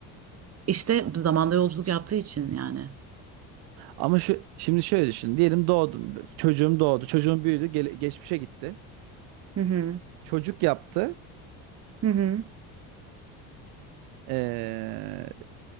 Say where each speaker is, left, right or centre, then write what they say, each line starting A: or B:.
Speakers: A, on the right (about 40°); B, on the right (about 80°).
A: İşte zamanda yolculuk yaptığı için yani.
B: Ama şu şimdi şöyle düşün. Diyelim doğdum. Çocuğum doğdu. Çocuğum büyüdü. gele- geçmişe gitti.
A: Hı hı.
B: Çocuk yaptı.
A: Hı hı.
B: Ee,